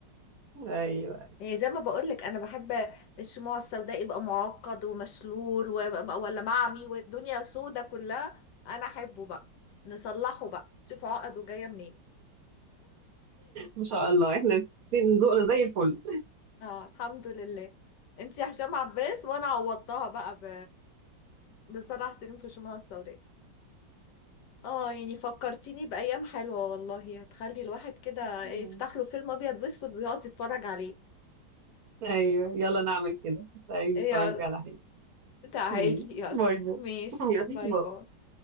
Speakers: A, on the right; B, on the left.
A: ايوه
B: يعني زي ما بقولك انا بحب الشموع السوداء يبقى معقد ومشلول ويبقى- ولا معمي والدنيا سودة كلها انا احبه بقى نصلحه بقى شوف عقده جاية منين
A: ان شاء الله احنا الاتنين ذوقنا زي الفل
B: اه الحمد لله انت يا هشام عباس وانا عوضتها بقى ب... بصلاح سليم في الشموع السوداء اه يعني فكرتيني بأيام حلوة والله هتخلي الواحد كده
A: مم.
B: يفتح له فيلم ابيض واسود ويقعد يتفرج عليه
A: ايوه يلا نعمل كده تعالي نتفرج
B: يلا
A: على حاجه
B: تعالي
A: مم.
B: يلا
A: باي باي
B: ماشي
A: <laughs> يلا
B: باي
A: باي
B: باي